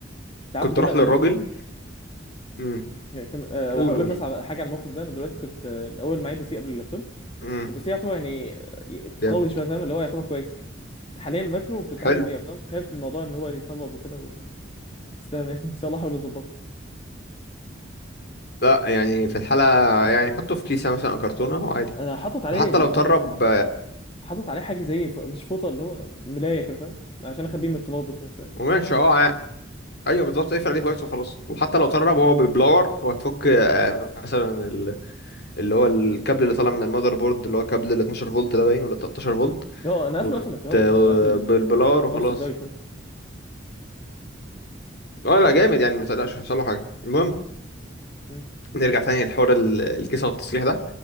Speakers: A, on the left (about 30°); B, on the left (about 55°).
A: انت عارف
B: كنت
A: كده
B: اروح
A: انا
B: للراجل امم
A: كم... أه
B: قول
A: هقول
B: قول
A: لك بس على حاجة على الموقف ده انا دلوقتي كنت آه، الاول معايا بي سي قبل اللابتوب
B: امم
A: البي سي يعتبر يعني آه،
B: جامد
A: قوي شوية فاهم اللي هو يعتبر كويس حاليا باكنه وكنت
B: حلو
A: عايز ابيعه فاهم خايف من الموضوع ان هو يطبب وكده و... بس تمام يعني <laughs> ان شاء الله احاول اظبطه
B: لا يعني في الحاله يعني حطه في كيسه مثلا او كرتونه وعادي
A: انا حاطط عليه
B: وحتى
A: ال...
B: لو طرب
A: حاطط عليه حاجة زي ف... مش فوطة اللي هو ملاية كده فاهم عشان اخبيه من التراب كده شوية
B: وماشي اه ايوه بالظبط اقفل عليه كويس وخلاص وحتى لو ترب هو بالبلاور هو هتفك آه، مثلا ال- اللي هو الكابل اللي طالع من المذر بورد اللي هو كابل ال 12 فولت ده باين ولا 13 فولت
A: هو انا قافل
B: وت...
A: اصلا الكهرباء كله انا قافل
B: بالبلاور
A: الباور
B: وخلاص
A: سبلاي كله
B: اه لا جامد يعني ما تقلقش مش هيحصل له حاجه المهم
A: مم.
B: نرجع تاني لحوار ال- الكيسه والتصليح ده